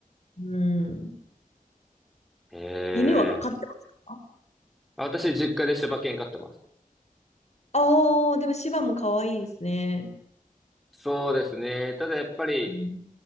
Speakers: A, on the left (about 50°); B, in the centre.
A: うん。
B: へ
A: 犬は飼ってますか
B: え。私、実家で柴犬飼ってます。
A: ああー、でも芝も可愛いですね。
B: そうですね。ただやっぱり、
A: うん